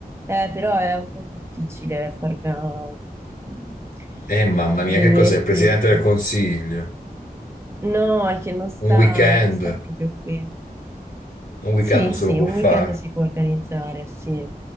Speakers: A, on the right; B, on the left.
A: eh, però è un po' difficile farla mm,
B: Eh, mamma
A: eh,
B: mia,
A: venire
B: che cos'è? Il Presidente
A: qui perché
B: del Consiglio?
A: no, è che non sta,
B: Un weekend?
A: non sta proprio qui.
B: Un weekend
A: Sì,
B: non se
A: sì,
B: lo può
A: un weekend
B: fare.
A: si può organizzare, sì,